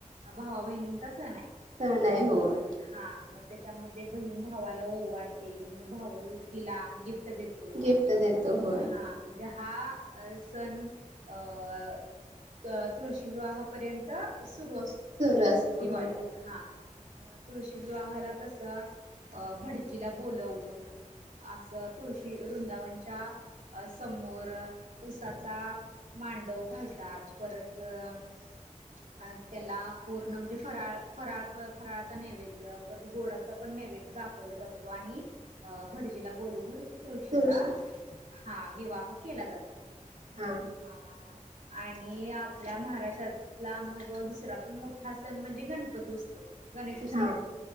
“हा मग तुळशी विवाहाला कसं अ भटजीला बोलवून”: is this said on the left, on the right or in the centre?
Right